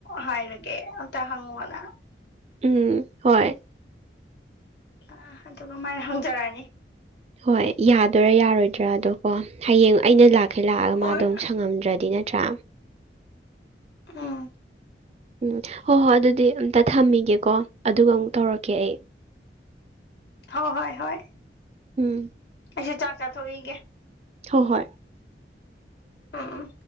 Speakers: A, on the left; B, on the right.
A: ꯍꯥꯏꯔꯒꯦ ꯑꯝꯇ ꯍꯪꯉꯨꯅ
B: ꯎꯝ ꯍꯣꯏ
A: ꯑ ꯑꯗꯨꯒꯃꯥꯏꯅ ꯍꯪꯖꯔꯅꯤ
B: ꯍꯣꯏ ꯌꯥꯗꯣꯏꯔꯥ ꯌꯥꯔꯣꯏꯗ꯭ꯔꯥ ꯑꯗꯣ ꯀꯣ ꯍꯌꯦꯡ ꯑꯩꯅ ꯂꯥꯛ ꯃꯈꯡꯈꯩ ꯂꯥꯛꯑꯒ
A: ꯍꯣꯏ
B: ꯃꯥꯗꯣ ꯁꯪꯉꯝꯗ꯭ꯔꯗꯤ ꯅꯠꯇ꯭ꯔꯥ
A: ꯎꯝ
B: ꯎꯝ ꯍꯣꯏ ꯍꯣꯏ ꯑꯗꯨꯗꯤ ꯑꯝꯇ ꯊꯝꯃꯤꯒꯦꯀꯣ ꯑꯗꯨꯒ ꯑꯃꯨꯛ ꯇꯧꯔꯛꯀꯦ ꯑꯩ
A: ꯍ ꯍꯣꯏ ꯍꯣꯏ
B: ꯎꯝ
A: ꯑꯩꯁꯨ ꯆꯥꯛ ꯆꯥꯊꯣꯛꯏꯒꯦ
B: ꯍ ꯍꯣꯏ
A: ꯎꯝ ꯎꯝ